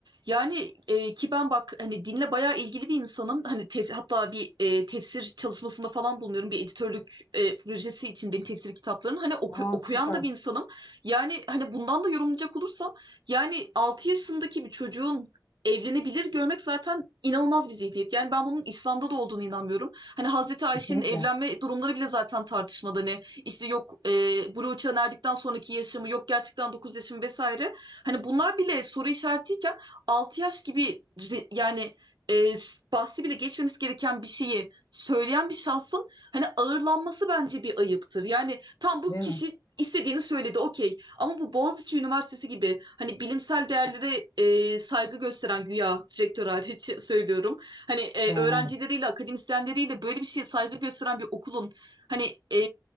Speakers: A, on the right; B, on the left.
A: Yani e, ki ben bak hani dinle bayağı ilgili bir insanım. Hani tef- hatta bir e, tefsir çalışmasında falan bulunuyorum. Bir editörlük e, projesi içindeyim tefsir kitaplarının. Hani oku-
B: Aa
A: okuyan
B: süper.
A: da bir insanım. Yani hani bundan da yorumlayacak olursam yani 6 yaşındaki bir çocuğun evlenebilir görmek zaten inanılmaz bir zihniyet. Yani ben bunun İslam'da da olduğunu inanmıyorum. Hani Hazreti Ayşe'nin
B: Kesinlikle.
A: evlenme durumları bile zaten tartışmalı. Hani işte yok e, buluğa erdikten sonraki yaşamı yok gerçekten 9 yaşım vesaire. Hani bunlar bile soru işaretiyken 6 yaş gibi ri- yani e, s- bahsi bile geçmemiz gereken bir şeyi söyleyen bir şahsın hani ağırlanması bence bir ayıptır. Yani tam bu
B: Değil
A: kişi
B: mi?
A: istediğini söyledi okey ama bu Boğaziçi Üniversitesi gibi hani bilimsel değerlere e, saygı gösteren güya direktör hariç <laughs> söylüyorum. Hani e,
B: Yani
A: öğrencileriyle
B: evet.
A: akademisyenleriyle böyle bir şeye saygı gösteren bir okulun hani e,